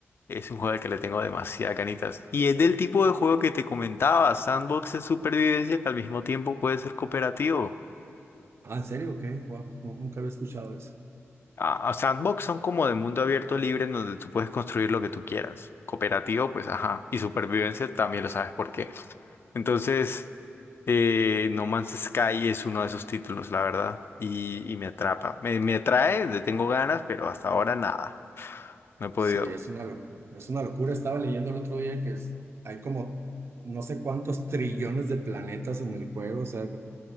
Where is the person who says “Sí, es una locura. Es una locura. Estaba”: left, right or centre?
Right